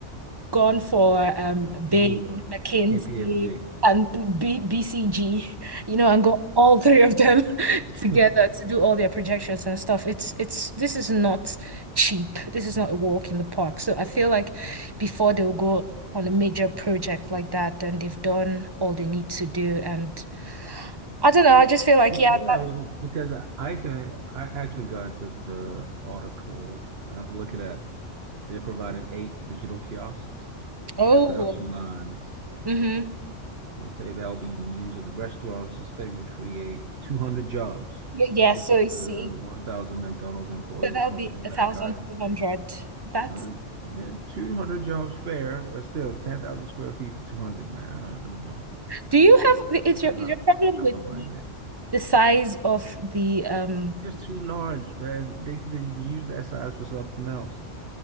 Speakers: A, on the right; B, on the right.
A: gone for um Bain,
B: Oh,
A: McKinsey,
B: KPMG.
A: and B BCG, you know, and got all three of them <laughs>
B: <laughs>
A: together
B: Ye-
A: to do all their projections and stuff. It's it's this is not cheap. This is not a walk in the park. So I feel like before they'll go on a major project like that, then they've done all they need to do. And I don't know, I just feel like
B: Yeah,
A: yeah,
B: yeah,
A: that,
B: well, because I I can I actually got into the article and I'm looking at they're providing eight digital kiosks.
A: oh,
B: and production lines.
A: mm-hmm.
B: They say that'll be used at the restaurant, which is expected to create 200 jobs,
A: Yeah, yeah,
B: in addition
A: so you see.
B: to the 1,000 McDonald's employees
A: So that'll
B: across
A: be
B: the Balearic
A: a thousand
B: Islands.
A: two hundred. That's
B: Uh, yeah, 200 jobs fair, but still 10,000 square feet for 200, man. I don't, I don't know.
A: Do you have it's your
B: I'm
A: is
B: not,
A: your problem
B: I'm
A: with
B: not buying
A: the
B: that.
A: the size of the um
B: It's just too large, man. They could have used that size for something else.